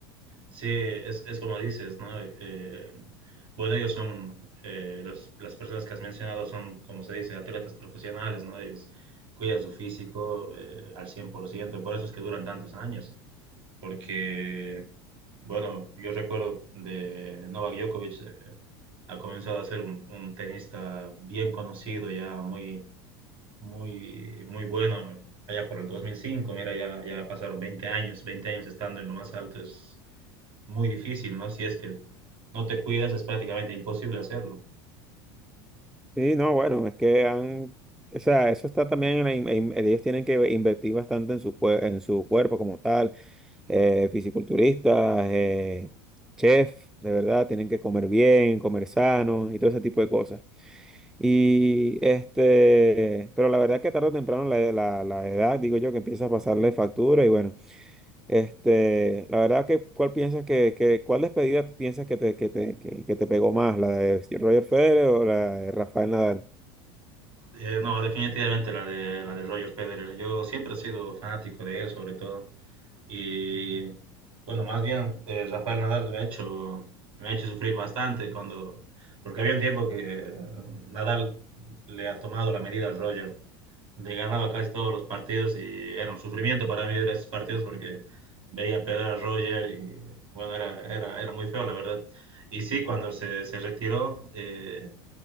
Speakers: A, on the right; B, in the centre.
A: Sí, es, es como dices, ¿no? Eh, bueno, ellos son, eh, los- las personas que has mencionado son, como se dice, atletas profesionales, ¿no? Ellos cuidan su físico eh, al cien por ciento por eso es que duran tantos años, porque, bueno, yo recuerdo de Novak Djokovic, eh, ha comenzado a ser un, un tenista bien conocido, ya muy, muy, muy bueno, allá por el 2005, mira, ya, ya pasaron 20 años, 20 años estando en lo más alto, es muy difícil, ¿no? Si es que no te cuidas, es prácticamente imposible hacerlo.
B: Sí, no, bueno, es que han, o sea, eso está también en la in- en- ellos tienen que invertir bastante en su, cuer- en su cuerpo como tal, eh, fisiculturistas, eh, chef, de verdad, tienen que comer bien, comer sano y todo ese tipo de cosas. Y este, pero la verdad que tarde o temprano la, la, la edad, digo yo, que empieza a pasarle factura y bueno. Este, la verdad que, ¿cuál piensas que, que cuál despedida piensas que te, que te, que, que te pegó más? ¿La de Roger Federer o la de Rafael Nadal?
A: Eh, no, definitivamente la de, la de Roger Federer. Yo siempre he sido fanático de él, sobre todo. Y bueno, más bien eh, Rafael Nadal me ha hecho, me ha hecho sufrir bastante cuando, porque había un tiempo que eh, Nadal le ha tomado la medida a Roger, le ganaba casi todos los partidos y era un sufrimiento para mí ver esos partidos porque veía perder a Roger y bueno, era, era, era muy feo la verdad. Y sí, cuando se, se retiró, eh,